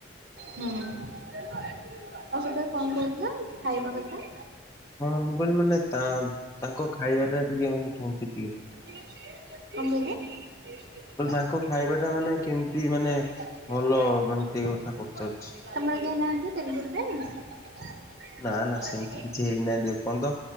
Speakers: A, on the right (about 65°); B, on the left (about 15°).
A: ହୁଁ ଆଉ ସେତେବେଳେ କଣ କହୁଥିଲ ଖାଇବା କଥା?
B: ହଁ ହଁ ମୁ କହିଲି ମାନେ ତା ତାଙ୍କ ଖାଇବାଟା ଟିକେ ମାନେ କେମ <unintelligible>
A: କଣ କହିଲେ?
B: କହିଲି ତାଙ୍କ
A: <unintelligible>
B: ଖାଇବା ଟା ମାନେ କେମିତି
A: ତମର
B: ମାନେ ଭଲ
A: କେହି
B: ମାନେ ସେଇ କଥା ପଚାରୁଛି।
A: ନାହାନ୍ତି ତେଲୁଗୁ ଫ୍ରେଣ୍ଡସ୍?
B: ନା ନା ସେମିତି କିଛି ହେଇନାହାନ୍ତି ଏପର୍ଯ୍ୟନ୍ତ